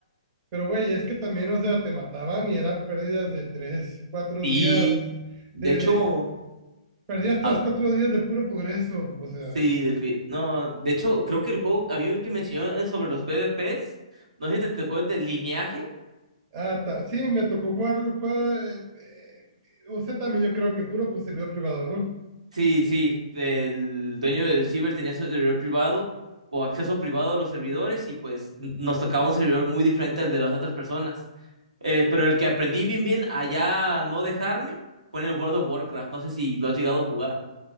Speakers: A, on the right; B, on the right.
A: Pero, güey, es que también, o sea, te mataban y eran pérdidas de tres, cuatro
B: sí.
A: días,
B: De
A: de,
B: hecho,
A: de, perdías tres,
B: a-
A: cuatro días de puro progreso, o sea,
B: Sí, defi- no, de hecho, creo que el juego, a mí el que me enseñó eh, sobre los PvPs, no sé si te tocó el del lineaje.
A: Ah, ta- sí, me tocó jugarlo, juega, eh, eh, o sea, también yo creo que puro pues servidor privado, ¿no?
B: Sí, sí, el dueño del ciber tenía su servidor privado o acceso privado a los servidores y pues n- nos tocaba un servidor muy diferente al de las otras personas. Eh, pero el que aprendí bien, bien, allá no dejarme, fue en el World of Warcraft. No sé si lo has llegado a jugar,